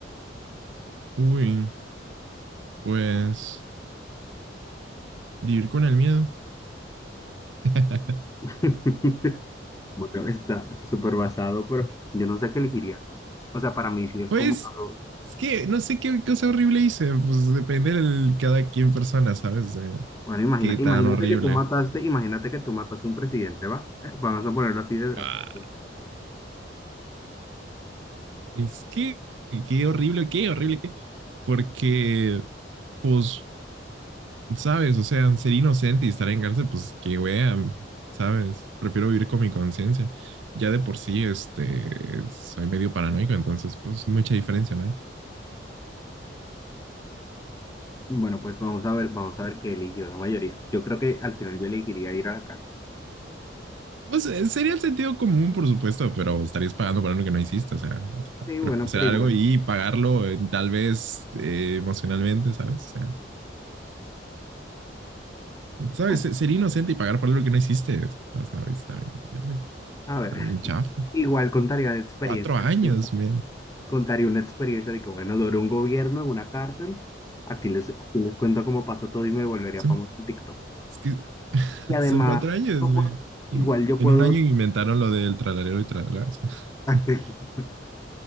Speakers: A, on the right; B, on the left.
A: Uy, pues vivir con el miedo. <laughs>
B: <laughs> Bueno, está súper basado, pero yo no sé qué elegiría. O sea, para mí sí es
A: pues
B: como... algo-
A: es que no sé qué cosa horrible hice. Pues depende de cada quien persona, ¿sabes? De
B: Bueno, imagina,
A: qué
B: imagínate
A: tan horrible.
B: que tú mataste, imagínate que tú mataste a un presidente, ¿va? Eh, Vamos a ponerlo así de drástico.
A: Ah, es que qué horrible, qué horrible, qué. Porque, pues ¿Sabes? O sea, ser inocente y estar en cárcel, pues qué wea, ¿sabes? Prefiero vivir con mi conciencia. Ya de por sí, este, soy medio paranoico, entonces, pues mucha diferencia, ¿no hay?
B: Bueno, pues vamos a ver, vamos a ver qué eligió la mayoría. Yo creo que al final yo elegiría ir a la cárcel.
A: Pues eh, sería el sentido común, por supuesto, pero estarías pagando por algo que no hiciste, o sea, what the fuck.
B: Sí, bueno,
A: Prefiero hacer
B: pero
A: algo
B: igual.
A: y pagarlo eh, tal vez eh, emocionalmente, ¿sabes? O sea, ¿sabes?
B: Bueno,
A: Se- Ser inocente y pagar por algo que no hiciste, o sea, ¿sabes? Está bien, mierda,
B: a
A: está
B: ver, <laughs>
A: bien chafa.
B: igual contaría de experiencia,
A: Cuatro años,
B: sí,
A: man.
B: contaría una experiencia de que, bueno, duró un gobierno en una cárcel. Aquí les, aquí les cuento cómo pasó todo y me volvería
A: Es,
B: famoso
A: un-
B: en TikTok.
A: es que
B: Y además,
A: Son cuatro años,
B: yo
A: güey.
B: puedo- igual
A: Y
B: yo
A: en
B: puedo,
A: un año inventaron lo del tralalero y tralalero.
B: <laughs>
A: <laughs>